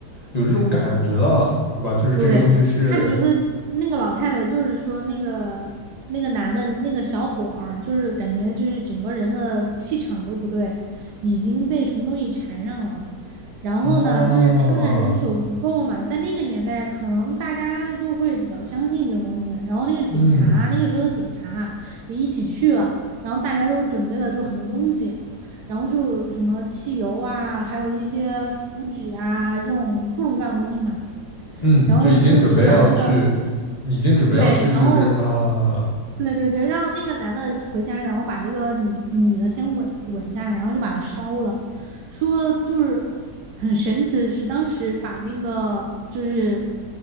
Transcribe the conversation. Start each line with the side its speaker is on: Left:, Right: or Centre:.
Left: 有这种感觉了，是吧？就是这个东西是
Right: 对，他觉得那个老太太就是说那个那个男的那个小伙儿，就是感觉就是整个人的气场都不对，已经被什么东西缠上了。然后呢，
Left: 啊，
Right: 就是他们的人手不够嘛，在那个年代，可能大家都会比较相信这种东西。然后那个警察，
Left: 嗯。
Right: 那个时候的警察也一起去了，然后大家都准备了就很多东西，然后就什么汽油啊，还有一些符纸啊，这种各种各样的东西嘛。
Left: 嗯，
Right: 然后就去把那嗯个
Left: 就已经准备要去，已经准备要去，
Right: 对，然后
Left: 就是啊
Right: 对对对，让那个男的回家，然后把这个女女的先稳稳下来，然后就把她烧了。说就是很神奇的是，当时把那个就是